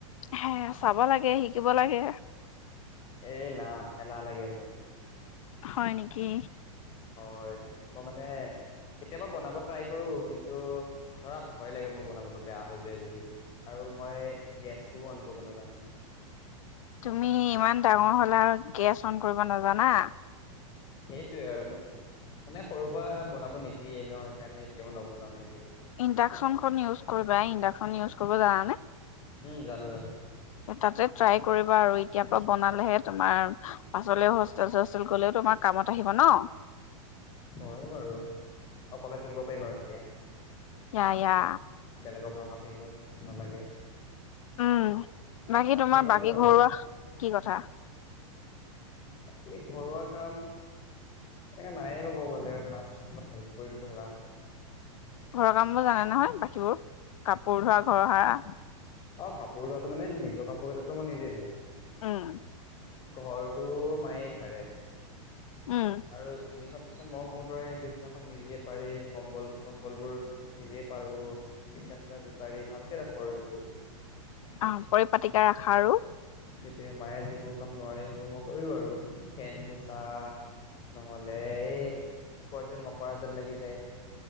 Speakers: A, on the left; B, on the left.
A: হে চাব লাগে শিকিব লাগে
B: এ না এলাহ লাগে মোৰ
A: হয় নেকি কি
B: হয় মই মানে কেতিয়াবা বনাব ট্ৰাই কৰোঁ কিন্তু ধৰা ভয় লাগে মোৰ বনাবলৈ বেয়া হৈ যায় বুলি আৰু মই গেছ টো বন্ধ ন যায় <unintelligible>
A: তুমি ইমান ডাঙৰ হ'লা আৰু গেছ অন কৰিব নাজানা জানা
B: সেইটোয়ে আৰু মোক মানে সৰুৰ পৰা বনাব নিদিয়ে ন সেইকাৰণে এতিয়াও নবনওেই
A: ইণ্ডাকশচনখন ইউজ কৰিবা ইডাকন ইউজ কৰিব জানানে
B: উম জানো জানো
A: তাতে ট্ৰাই কৰিবা আৰু এতিয়া পৰা বনালেহে তোমাৰ পাছলে হোষ্টেলত ছোচতেল গ'লে তোমাৰ কামত আহিব ন
B: হয় বাৰু অকলে থাকিব পাৰিম আৰু তেতিয়া
A: য়া য়া
B: বেলেগৰ ভৰষা থাকিব নালাগে
A: উম বাকী তোমাৰ
B: ডিম বনাব
A: বাকী
B: জানা
A: ঘৰুৱা
B: নাই
A: কি কথা
B: বাকী ঘৰুৱা কাম তেনেকে নায়য়ে ক'ব গ'লে মাক অলপ হেল্প কৰিলো ধৰা
A: ঘৰৰ কাম বোৰ জানে নহয় বাকীবোৰ কাপোৰ ধোৱা ঘৰৰ সাৰা
B: অ কাপোৰ ধোৱাত মানে নিজ কাপোৰ কেইতাতো মই নিজেই ধওঁ
A: উম
B: ঘৰটো মায়ে সাৰে
A: উম
B: আৰু যি বিছনা খন সেই বিছনাখন নিজে পাৰি কম্বল চম্বল বোৰ নিজে পাৰো বিছনা ছিছনা জোকাৰি ভালকে ৰাখো সেইবোৰ
A: অ পৰিপাটিকে ৰাখা আৰু
B: এই মায়ে যিবোৰ কাম নোৱাৰে সেইবোৰ মই কৰিো আৰু ফেন মোচা নহলে এই ওপৰত যে মকৰা জাল লাগি যায়